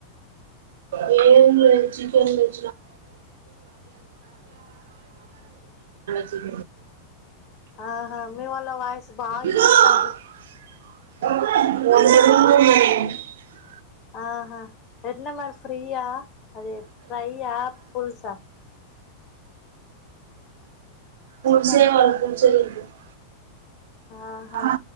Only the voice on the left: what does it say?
ఆహా మీ వల్ల వాయిసు బాగానబడుతాంది
ఆహా ఎట్లా మరి ఫ్రీయా అదే ఫ్రైయా పులుసా
చికెన్
ఆహా